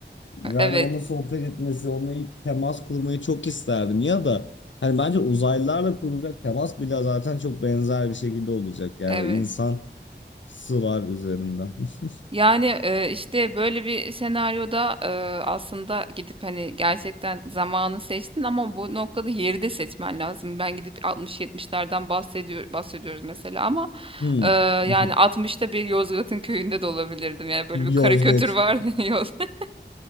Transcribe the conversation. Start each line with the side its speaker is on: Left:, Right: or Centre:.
Left: Yani
Right: Evet,
Left: onunla sohbet etmesi, onunla ilk temas kurmayı çok isterdim. Ya da hani bence uzaylılarla kurulacak temas bile zaten çok benzer bir şekilde olacak. Yani
Right: evet.
Left: insan sılar üzerinden. <laughs>
Right: Yani e, işte böyle bir senaryoda e, aslında gidip hani gerçekten zamanı seçtin ama bu noktada yeri de seçmen lazım. Ben gidip altmış-yetmişlerden bahsediyor, bahsediyoruz mesela ama
Left: Hmm.
Right: e,
Left: <laughs>
Right: yani altmışta bir Yozgat'ın köyünde de olabilirdim. Yani böyle bir karikatür
Left: Yozgot.
Right: var <laughs>